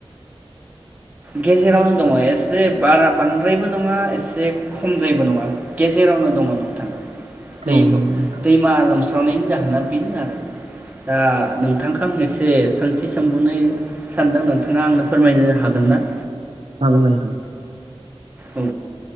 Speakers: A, on the right; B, on the right.
A: गेजेरावनो दङ एसे बारा बांद्रायबो नङा एसे खमद्रायबो नङा गेजेरावनो दङ नोंथां दै
B: औ नंगौ नोंथां
A: दैमा लोमस्रावनायनि जाहोना बेनो आरो दा नोंथांखौ आं एसे सोंथि सोंबावनो सानदों नोंथाङा आंनो फोरमायनो हागोन ना
B: हागोन नोंथां
A: औ